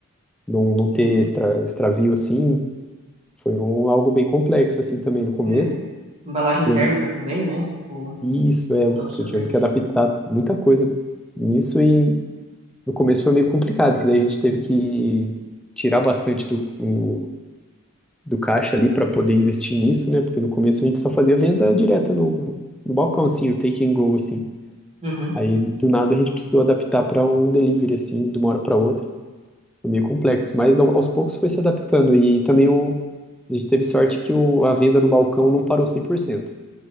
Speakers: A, in the centre; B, on the right (about 30°).
A: não, não
B: Assim,
A: ter extra, extravio assim. Foi um, algo bem complexo assim também no começo.
B: é, embalagem
A: Tivemos
B: térmica também, né? Tipo,
A: isso, é,
B: com todo sorvete.
A: tivemos que adaptar muita coisa nisso e no começo foi meio complicado, que daí a gente teve que tirar bastante do, o- do caixa ali para poder investir nisso, né? Porque no começo a gente só fazia venda direta no, no balcão, assim, o take and go, assim.
B: Uhum,
A: Aí do nada a gente precisou adaptar para um delivery, assim, de uma hora para outra. Foi meio complexo, mas ao- aos poucos foi se adaptando. E também o, a gente teve sorte que o, a venda no balcão não parou 100%.